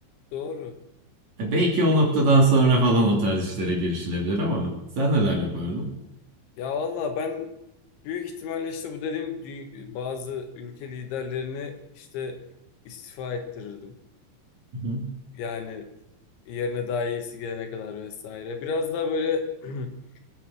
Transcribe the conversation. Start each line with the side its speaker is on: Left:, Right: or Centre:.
Left: Doğru.
Right: Ee, belki o noktadan sonra falan o tarz işlere girişilebilir ama sen neler yapardın?
Left: Ya valla ben büyük ihtimalle işte bu dediğim dü- bazı ülke liderlerini işte istifa ettirirdim.
Right: Hı hı.
Left: Yani yerine daha iyisi gelene kadar vesaire. Biraz daha böyle <clears throat>